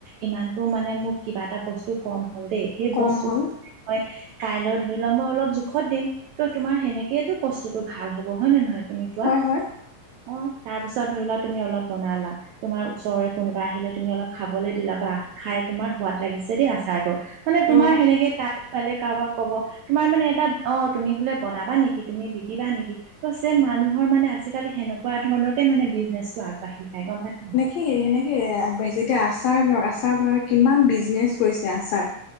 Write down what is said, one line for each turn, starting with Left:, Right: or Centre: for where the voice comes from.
Right: ইমানতো মানে মোক কিবা এটা বস্তু কম হল দেই সেই
Left: কম
Right: বস্তুটো
Left: হ'ল
Right: মই কাইলৈ ধৰি লোৱা মই অলপ জোখত দিম, ত' তোমাৰ সেনেকেটো বস্তুটো ভাল হব হয় নে নহয়? তুমি কোৱা
Left: হয় হয়।
Right: অ তাৰ পিছত ধৰি লোৱা তুমি অলপ বনালা। তোমাৰ ওচৰৰে কোনোবা আহিলে তুমি অলপ খাবলৈ দিলা বা খাই তোমাৰ সোৱাদ লাগিছে দেই আচাৰটো। মানে তোমাৰ
Left: অ',
Right: সেনেকে তা- পালে কাৰোবাক কব তোমাৰ মানে এটা অ তুমি বোলে বনাবা নেকি? তুমি বিকিবা নেকি? ত চেম মানুহৰ মানে আজিকালি সেনেকুৱা ধৰণতে মানে বিজনেছো আগবাঢ়ি যায় গম পাই?
Left: সে সেনেকে আগবাঢ়িছে এতিয়া আচাৰ ধৰক আচাৰ বাবে কিমান বিজনেচ কৰিছে আচাৰ।